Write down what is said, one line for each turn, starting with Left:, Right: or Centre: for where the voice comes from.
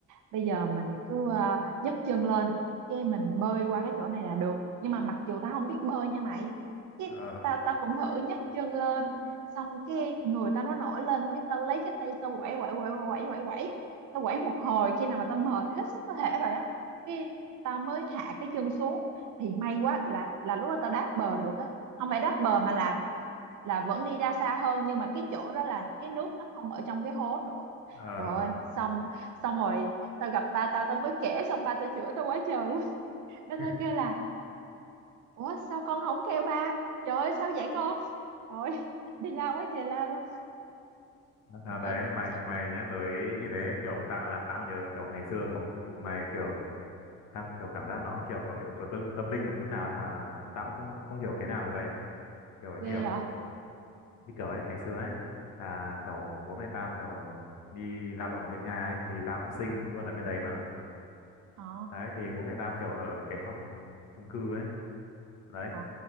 Right: bây giờ mình cứ ờ, nhấc chân lên cái mình bơi qua cái chỗ này là được nhưng mà mặc dù tao không biết bơi nha mày cái
Left: Ờ,
Right: tao tao cũng thử nhấc chân lên xong cái người tao nó nổi lên cái tao lấy cái tay tao quẩy quẩy quẩy quẩy quẩy quẩy tao quẩy một hồi khi nào mà tao mệt hết sức có thể rồi á cái tao mới hạ cái chân xuống thì may quá là là lúc đó tao đáp bờ được á không phải đáp bờ mà là là vẫn đi ra xa hơn nhưng mà cái chỗ đó là cái nước nó không ở trong cái hố nữa
Left: ờ.
Right: trời ơi xong xong rồi tao gặp ba tao tao mới kể xong ba tao chửi tao quá trời lắm ba
Left: <laughs>
Right: tao kêu là ủa sao con không kêu ba trời ơi sao vậy con trời ơi, đi la quá trời la luôn
Left: À,
Right: bởi
Left: đấy
Right: thật
Left: mày
Right: sự
Left: mày nhắc tới như thế kiểu tao làm tao nhớ kiểu ngày xưa có một vụ này kiểu tao kiểu cảm giác nó cũng kiểu có yếu tố tâm, tâm linh một chút nào ấy mà mà tao cũng không không hiểu thế nào được ấy kiểu như
Right: ghê
Left: kiểu
Right: vậy
Left: như kiểu ấy ngày xưa ấy là kiểu bố mẹ tao kiểu đi lao động ở bên Nga ấy thì tao cũng sinh luôn ở bên đấy mà
Right: ờ
Left: đấy thì bố mẹ tao kiểu ở một cái phòng chung cư ấy đấy
Right: ờ